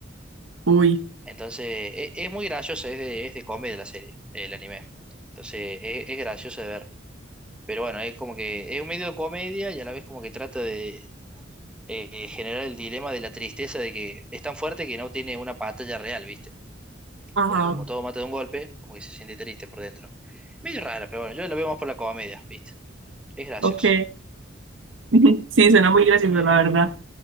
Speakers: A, on the right; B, in the centre.
A: Uy.
B: Entonces, e- es, muy graciosa, es de, es de comedia la serie, el anime. Entonces, es, es gracioso de ver. Pero bueno, es como que es un medio de comedia y a la vez como que trata de eh, generar el dilema de la tristeza de que es tan fuerte que no tiene una batalla real, ¿viste?
A: Ajá.
B: porque como todo mata de un golpe, como que se siente triste por dentro. Medio rara, pero bueno, yo la veo más por la comedia, ¿viste? Es gracioso.
A: Ok. <laughs> Sí, suena muy gracioso,
B: Ejé.
A: la verdad.